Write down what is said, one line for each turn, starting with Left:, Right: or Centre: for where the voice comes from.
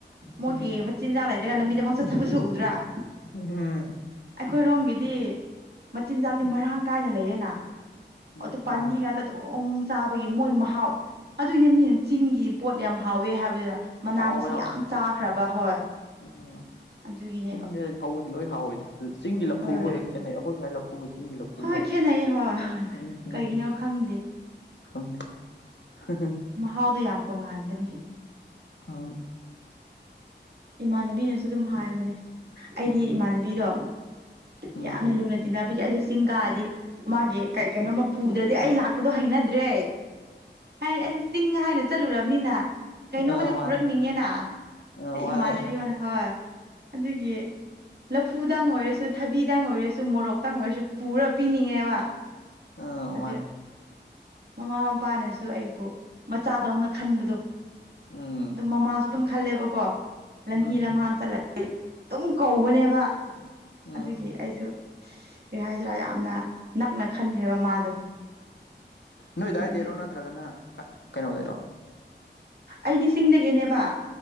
Right: ꯃꯣꯏꯒꯤ
Left: ꯎꯝ
Right: ꯃꯆꯤꯟꯖꯥꯛ ꯂꯩꯇ꯭ꯔꯒ ꯂꯝꯕꯤ ꯗ ꯄꯪꯆꯠ ꯆꯠꯄꯁꯨ ꯎꯗ꯭ꯔꯥ
Left: ꯎꯝ
Right: ꯑꯩꯈꯣꯏꯔꯣꯝꯒꯤꯗꯤ ꯃꯆꯤꯟꯖꯥꯛꯇꯤ ꯃꯔꯥꯡ ꯀꯥꯏꯅ ꯂꯩꯌꯦꯅ
Left: ꯎꯝ
Right: ꯑꯗꯨ ꯄꯥꯝꯕꯤ
Left: ꯃꯥꯅꯦ
Right: ꯉꯥꯛꯇ ꯑꯗꯨꯝ ꯆꯥꯕꯒꯤ ꯃꯣꯏ ꯃꯍꯥꯎ ꯑꯗꯨꯏꯅꯦ ꯃꯤꯅ ꯆꯤꯡꯒꯤ ꯄꯣꯠ ꯌꯥꯝ ꯍꯥꯎꯋꯦ ꯍꯥꯏꯕꯗꯨꯅ ꯃꯅꯥ
Left: ꯍꯥꯎꯋꯦ
Right: ꯃꯁꯤꯡ
Left: ꯍꯥꯎꯋꯦ
Right: ꯌꯥꯝ ꯆꯥꯈ꯭ꯔꯕ ꯍꯣꯏ
Left: ꯎꯝ
Right: ꯑꯗꯨꯒꯤꯅꯦꯕ
Left: ꯆꯤꯡꯗ ꯍꯧꯕꯁꯦ ꯂꯣꯏ ꯍꯥꯎꯋꯤꯗ ꯆꯤꯡꯒꯤ ꯂꯐꯨꯕꯨ
Right: ꯍꯣꯏ
Left: ꯍꯦꯛ ꯈꯦꯠꯅꯩ ꯑꯩꯈꯣꯏ ꯁ꯭ꯋꯥꯏ ꯂꯐꯨꯒ ꯆꯤꯡꯒꯤ ꯂꯐꯨꯒ
Right: ꯍꯣꯏ ꯈꯦꯠꯅꯩ ꯍꯣꯏ
Left: <unintelligible>
Right: ꯀꯩꯒꯤꯅꯣ ꯈꯪꯗꯦ
Left: ꯈꯪꯗꯦ <unintelligible>
Right: ꯃꯍꯥꯎꯗꯣ ꯌꯥꯝ ꯇꯣꯉꯥꯟꯕꯅꯦ
Left: ꯑ
Right: ꯏꯃꯥꯟꯅꯕꯤꯅꯁꯨ ꯑꯗꯨꯝ ꯍꯥꯏꯕꯅꯦ ꯑꯩꯗꯤ
Left: ꯎꯝ
Right: ꯏꯃꯥꯟꯅꯕꯤꯗꯣ
Left: ꯎꯝ
Right: ꯌꯥꯝꯅ ꯂꯨꯅ ꯇꯤꯟꯅꯕ ꯕꯁꯦ ꯑꯩꯁꯨ ꯆꯤꯡꯀꯥꯔꯗꯤ ꯃꯥꯒꯤ ꯀꯩ ꯀꯩꯅꯣꯃ ꯄꯨꯗ꯭ꯔꯗꯤ ꯑꯩ ꯂꯥꯛꯄꯗꯣ ꯍꯩꯅꯗ꯭ꯔꯦ ꯍꯥꯏꯗꯤ ꯑꯩꯁꯦ ꯆꯤꯡ ꯍꯥꯏꯅ ꯆꯠꯂꯨꯔꯕꯅꯤꯅ ꯀꯩꯅꯣꯝꯃꯗꯤ
Left: ꯑ ꯃꯥꯅꯦ
Right: ꯄꯨꯔꯛꯅꯤꯡꯉꯦꯅ
Left: ꯑ
Right: ꯁꯤ
Left: ꯃꯥꯅꯦ
Right: ꯏꯃꯥꯟꯅꯕꯤ ꯑꯃꯅ ꯍꯣꯏ ꯑꯗꯨꯒꯤ ꯂꯐꯨꯗꯪ ꯑꯣꯏꯔꯁꯨ ꯊꯕꯤꯗꯪ ꯑꯣꯏꯔꯁꯨ ꯃꯣꯔꯣꯛꯇꯪ ꯑꯣꯏꯔꯁꯨ ꯄꯨꯔ ꯄꯤꯅꯤꯡꯉꯦꯕ
Left: ꯑ
Right: ꯑꯗꯨ
Left: ꯃꯥꯅꯦ
Right: ꯃꯃꯥ ꯃꯄꯥꯅꯁꯨ ꯑꯩꯕꯨ ꯃꯆꯥꯗꯧꯅ ꯈꯟꯕꯗꯣ
Left: ꯎꯝ
Right: ꯑꯗꯨꯝ ꯃꯃꯥꯁꯨ ꯑꯗꯨꯝ ꯈꯜꯂꯦꯕꯀꯣ ꯂꯝꯍꯤ
Left: ꯎꯝ
Right: ꯂꯝꯍꯥꯡ ꯆꯠꯂ ꯑꯗꯨꯝ ꯀꯧꯕꯅꯦꯕ
Left: ꯎꯝ
Right: ꯑꯗꯨꯒꯤ ꯑꯩꯁꯨ ꯑꯦ ꯍꯥꯏꯁꯤꯔꯥ ꯌꯥꯝꯅ ꯅꯛꯅ ꯈꯟꯈ꯭ꯔꯦꯕ ꯃꯥꯗꯣ
Left: ꯅꯣꯏꯗꯥꯏꯗꯩꯔꯣ
Right: ꯑꯗꯨꯒꯤ
Left: ꯅꯠꯇ꯭ꯔꯒꯅ ꯀꯩꯅꯣꯗꯔꯣ
Right: ꯑꯩꯗꯤ ꯆꯤꯡꯗꯒꯤꯅꯦꯕ